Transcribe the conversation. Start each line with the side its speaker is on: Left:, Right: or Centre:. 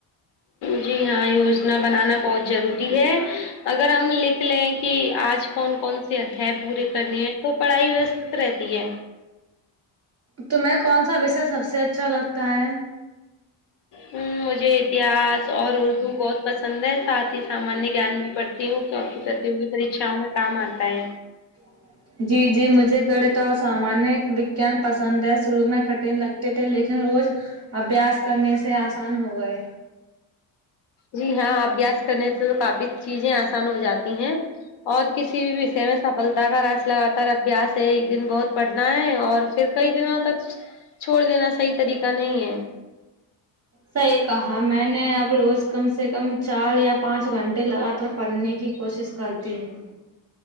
Left: جی ہاں یوجنا بنانا بہت ضروری ہے اگر ہم لکھ لیں کہ آج کون کون سے ادھئے پورے کرنی ہے تو پڑھائی ویوسشت رہتی ہے
Right: تمہیں کون سا وشے سب سے اچھا لگتا ہے
Left: ہ مجھے اتہاس اور اردو بہت پسند ہے ساتھ ہی سامانیہ گیان بھی پڑھتی ہوں کیوںکہ پرتیوگی پرریکشاؤں میں کام آتا ہے
Right: <inaudible> جی جی مجھے گڑت اور سامانیہ وگیان پسند ہے شروع میں کٹھن لگتے تھے لیکن روز ابھیاس کرنے سے آسان ہو گئے
Left: جی ہاں ابھیاس کرنے سے تو کافی چیزیں آسان ہو جاتی ہیں اور کسی بھی وشے میں سفلتا کا راز لگاتار ابھیاس ہے ایک دن بہت پڑھنا ہے اور پھر کئی دنوں تک چھوڑ دینا صحیح طریقہ نہیں ہے
Right: صحیح کہا میں نے اب روز کم سے کم چار یا پانچ گھنٹے لگا تار پڑھنے کی کوشش کرتی ہوں